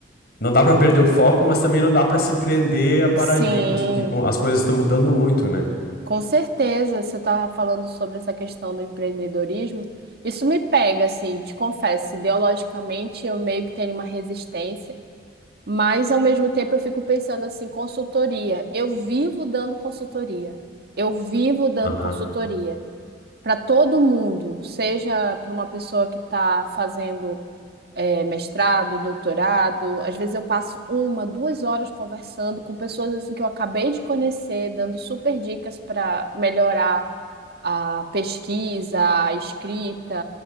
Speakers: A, on the left; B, on the right.
A: não dá para perder o foco, mas também não dá para se prender a paradigmas,
B: sim,
A: porque com- as coisas estão mudando muito, né?
B: Com certeza, você estava falando sobre essa questão do empreendedorismo. Isso me pega, assim, te confesso, ideologicamente eu meio que tenho uma resistência, mas ao mesmo tempo eu fico pensando assim, consultoria. Eu vivo dando consultoria. Eu vivo dando
A: Aham.
B: consultoria para todo mundo, seja para uma pessoa que está fazendo é, mestrado, doutorado. Às vezes eu passo uma, duas horas conversando com pessoas assim que eu acabei de conhecer, dando super dicas para melhorar a pesquisa, a escrita,